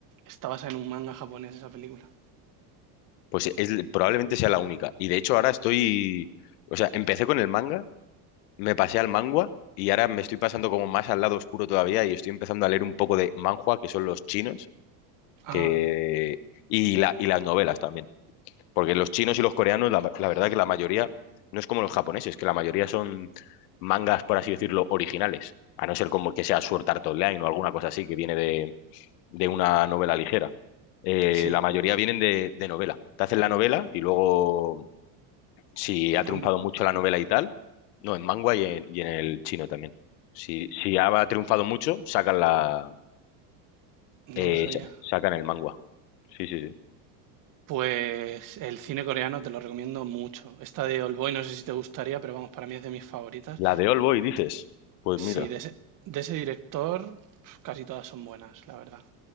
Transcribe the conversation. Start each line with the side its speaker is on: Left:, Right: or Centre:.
Right: Está basada en un manga japonés esa película.
Left: Pues es, probablemente sea la única. Y de hecho ahora estoy... O sea, empecé con el manga, me pasé al manga y ahora me estoy pasando como más al lado oscuro todavía y estoy empezando a leer un poco de manhua, que son los chinos,
Right: Ah,
Left: que... Y, la, y las novelas también. Porque los chinos y los coreanos, la, la verdad que la mayoría, no es como los japoneses, que la mayoría son mangas, por así decirlo, originales. A no ser como que sea Sword Art Online o alguna cosa así que viene de, de una novela ligera. Eh,
Right: sí,
Left: la mayoría vienen de, de novela. Te hacen la novela y luego, si ha triunfado
Right: anda,
Left: mucho la novela y tal, no, en manga y en, y en el chino también. Si, si ha triunfado mucho, sacan la,
Right: no
Left: eh,
Right: lo sabía.
Left: sa- sacan el manga. Sí, sí, sí.
Right: Pues el cine coreano te lo recomiendo mucho. Esta de Oldboy no sé si te gustaría, pero vamos, para mí es de mis favoritas.
Left: La de All Boy, dices. Pues mira,
Right: Sí, de ese, de ese director pf, casi todas son buenas, la verdad.